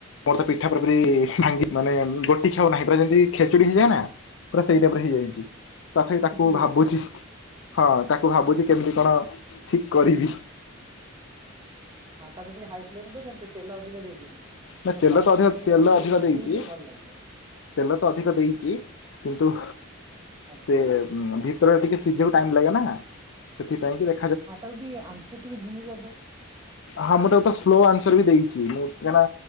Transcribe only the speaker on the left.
ମୋର ତ ପିଠା ପ ଭାଙ୍ଗି ମାନେ ଗୋ ଖୋଉ ନାହିଁ ପୁରା ଯେମିତି ଖେଚୁଡି ହେଇଯାଏ ନା ପୁରା ସେଇଟାପରେ ହେଇଯାଇଛି। ତଥାପି ତାକୁ
ଭାବୁଛି
ହଁ ତାକୁ ଭାବୁଛି କେମିତି କଣ ଠିକ କରିବି।
ନା
ତେଲ
ତ ଅଧିକ
ତେଲ
ଅଧିକ
ଦେଇଛି
ତେଲ ତ ଅଧିକ ଦେଇଚି। କିନ୍ତୁ
ଦେ ଭିତରେ ଟିକେ ସିଝିବାକୁ ଟାଇ ଲାଗେ ନା। ସେଥିପାଇଁ ଦେ
ହଁ ମୁଁ ତାକୁ ତ ସ୍ଲୋ ଆନ୍ସର ବି ଦେଇଚି। ମୁଁ କାହିଁକିନା